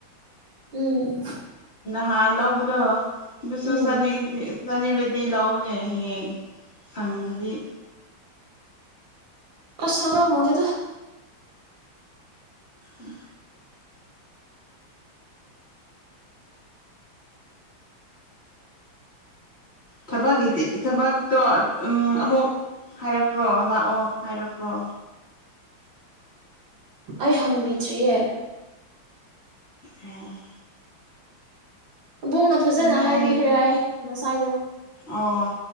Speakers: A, on the right; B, on the left.
A: ꯎꯝ
B: ꯍꯥ ꯂꯧꯕꯗꯣ ꯑꯗꯨꯁꯨ
A: ꯎꯝ
B: ꯆꯅꯤꯡ ꯆꯅꯤꯡꯔꯗꯤ ꯂꯥꯛꯑꯣꯅꯦ ꯍꯌꯦꯡ ꯁꯪꯉꯗꯤ
A: ꯑꯁ ꯁꯪꯗꯧ ꯃꯟꯗꯦꯗ
B: ꯎꯝ ꯊꯕꯛꯀꯤꯗꯤ ꯊꯕꯛꯇꯣ ꯑꯃꯨꯛ ꯍꯥꯏꯔꯛꯄ꯭ꯔꯣ ꯂꯥꯛꯑꯣ ꯍꯥꯏꯔꯛꯄ꯭ꯔꯣ
A: ꯑꯩ ꯍꯪꯕꯤꯗ꯭ꯔꯤꯌꯦ
B: ꯎꯝ
A: ꯑꯕꯣꯛꯅ ꯐꯖꯅ
B: ꯉꯥꯏꯔꯦ
A: ꯍꯥꯏꯕꯤꯈ꯭ꯔꯦ ꯍꯥꯏ ꯉꯁꯥꯏꯗꯣ
B: ꯑꯣ